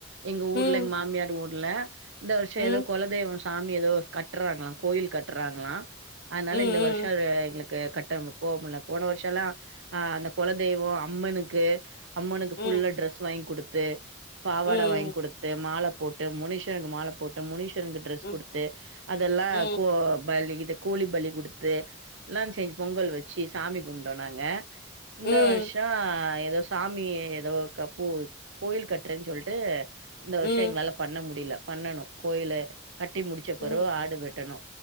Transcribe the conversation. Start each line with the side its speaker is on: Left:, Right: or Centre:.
Right: எங்க
Left: ம்
Right: ஊர்ல எங் மாமியார் ஊர் ல இந்த வருஷ
Left: ம்
Right: எதோ கொலதெய்வொ சாமி எதோ கட்றாங்களா கோயில் கட்றாங்களா அதுனால
Left: ம்
Right: இந்த வருஷ எங்ளுக்கு கட் டாம‌ போ முல்ல போன வருஷல்லா அ அந்த கொலதெய்வொ அம்மனுக்கு அம்மனுக்கு
Left: ம் ம்
Right: ஃபுல்லா ட்ரெஸ் வாங்கி குடுத்து பாவாட
Left: ம்
Right: வாங்கி குடுத்து மால போட் டு முனிஷனுக்கு மால போட்டு முனிஷனுக்கு ட்ரெஸ்
Left: ம்
Right: குடுத்து அதெல்லா
Left: ம்
Right: கோ பலி இத கோழி பலி குடுத்து எல்லா செஞ் பொங்கல் வச்சு சாமி கும்புட்டோ நாங்க இந்த
Left: ம்
Right: வருஷோ எதோ சாமிய எதோ கப்பூ கோயில் கட்றேன் சொல்ட்டு இந்த வருஷொ
Left: ம்
Right: எங்ளால பண்ண முடில பண்ணனு கோயில கட்டி முடுச்ச
Left: ம்
Right: பெறவு ஆடு வெட்டனு